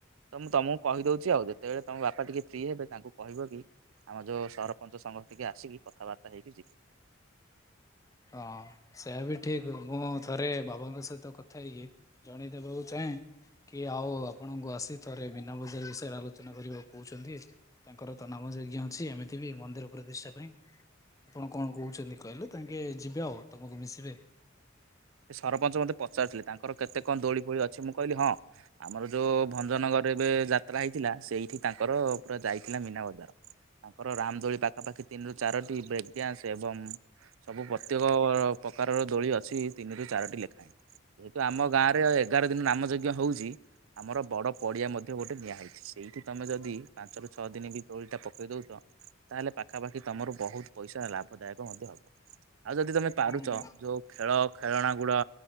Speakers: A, on the right (about 85°); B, on the left (about 15°).
A: ତ ମୁଁ ତମକୁ କହିଦଉଛି ଆଉ। ଯେତେବେଳେ ତମ ବାପା ଟିକେ ଫ୍ରି ହେବେ ତାଙ୍କୁ କହିବ କି ଆମ ଯେଉଁ ସରପଞ୍ଚ ସଂଘ ଟିକେ ଆସିକି କଥାବାର୍ତ୍ତା ହେଇକି ଯିବେ।
B: ହଁ ସେୟା ବି ଠିକ ମୁଁ ଥରେ ବାବାଙ୍କ ସହିତ କଥା ହେଇକି ୲ ଜଣେଇଦବାକୁ ଚାହେଁ। କିଏ ଆଉ ଆପଣଙ୍କୁ ଆସି ଥରେ ମୀନା ବଜାର ବିଷୟରେ ଆଲୋଚନା କରିବାକୁ କହୁଛନ୍ତି। ତାଙ୍କର ତ ନାମ ଯଜ୍ଞ ଅଛି ଏମିତି ବି ମନ୍ଦିର ପ୍ରତିଷ୍ଠା ପାଇଁ ଆପଣ କଣ କହୁଛନ୍ତି କହିଲେ ତାଙ୍କ ଯିବେ ଆଉ ତମକୁ ମିଶିବେ।
A: ସେ ସରପଞ୍ଚ ମୋତେ ପଚାରୁଥିଲେ ତାଙ୍କର କେତେ କଣ ଦୋଳି ଫୋଳି ଅଛି ମୁଁ କହିଲି ହଁ ଆମର ଯୋଉ ଭଞ୍ଜନଗରରେ ଏବେ ଯାତ୍ରା ହେଇଥିଲା ସେଇଠି ତାଙ୍କର ପୁରା ଯାଇଥିଲା ମୀନା ବଜାର। ତାଙ୍କର ରାମଦୋଳି ପାଖାପାଖି ତିନିରୁ ଚାରୋଟି ବ୍ରେ ଗ୍ୟାସ ଏବଂ ସବୁ ପ୍ରତ୍ୟେକ ପ୍ରକାରର ଦୋଳି ଅଛି ତିନିରୁ ଚାରୋଟି ଲେଖାଏଁ। ଯେହେତୁ ଆମ
B: ହଁ
A: ଗାଁ
B: ହଁ।
A: ରେ। ଏଗାର ଦିନ ନାମଯଜ୍ଞ ହେଉଛି ଆମର ବଡ଼ ପଡ଼ିଆ ମଧ୍ୟ ଗୋଟେ ନିଆ ହେଇଛି ସେଇଠି ତମେ ଯଦି ପାଞ୍ଚ ରୁ ଛଅ ଦିନ ବି ଦୋଳି ଟା ପକେଇ ଦଉଛ। ତାହେଲେ ପାଖାପାଖି ତମର ବହୁତ ପଇସା ଲାଭଦାୟକ ମଧ୍ୟ ହବ। ଆଉ ଯଦି ତମେ ପାରୁଛ
B: ହୁଁ।
A: ଯୋଉ ଖେଳ ଖେଳଣା ଗୁଡା